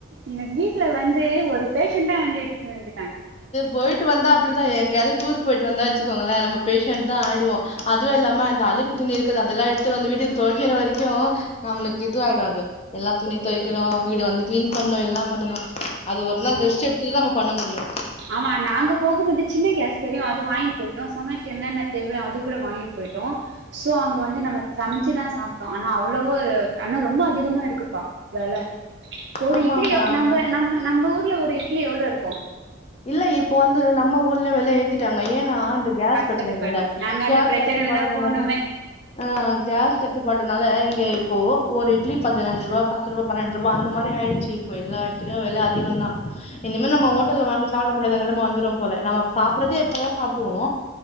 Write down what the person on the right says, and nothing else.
எனக்கு வீட் ல வந்து ஒரு பேஷண்டா வந்து இட்னு வந்துட்டாங்க
ஆமா
ஆமா நாங்க போகும்போது சின்ன கேஸ் தெரியு அது வாய்ங்ட்டு போயிட்டோ சமையலுக்கு என்னென்ன தேவயோ அது கூட வாங்கிட் போயிட்டோ சோ அங்க வந்து நம்ம சமைச்சிதா சாப்பிட்டோ ஆனா அவ்வளோ ஆனா ரொம்ப அதிகமா இருக்கு ப வெல ஒரு
இட்லி
யோ
நம்ப நம்ம நம்ப ஊர்ல ஒரு இட்லி எவ்ளோ இருக்கு
கட்டுப்பாடு நாங்க அந்த
பிரச்சனையில
தா போனோமே